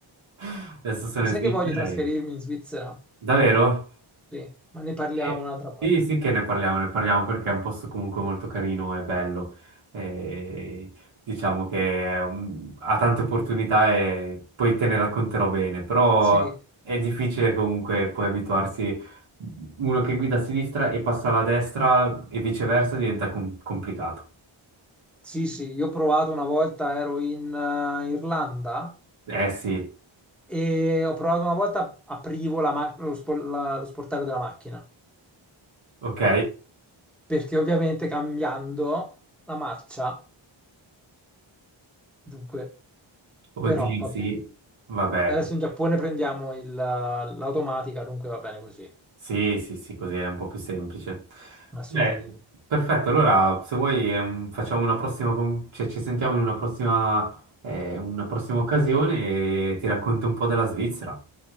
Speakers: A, on the right; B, in the centre.
A: <laughs> adesso sono
B: Lo
A: in
B: sai
A: Svizzera
B: che voglio trasferirmi
A: e...
B: in Svizzera?
A: Davvero?
B: Sì, ma ne parliamo
A: Eh,
B: un'altra volta.
A: Sì, sì che ne parliamo, ne parliamo perché è un posto comunque molto carino e bello. E diciamo che mm, ha tante opportunità e poi te ne racconterò bene, però
B: Sì,
A: è difficile comunque poi abituarsi. mm, Uno che guida a sinistra e passa alla destra e viceversa diventa com- complicato.
B: sì, sì, io ho provato una volta, ero in eh, Irlanda
A: Eh sì,
B: e ho provato una volta, aprivo la ma- lo, spo- la- lo sportello della macchina,
A: ok?
B: perché ovviamente cambiando la marcia, dunque,
A: Oddio,
B: però vabbè.
A: sì, vabbè,
B: Adesso in Giappone prendiamo il- l'automatica, dunque va bene così,
A: Sì, sì, sì, così è un po' più semplice.
B: assolutamente.
A: Eh, Perfetto, allora se vuoi ehm, facciamo una prossima, con- cioè, ci sentiamo in una prossima, eh, una prossima occasione e ti racconto un po' della Svizzera.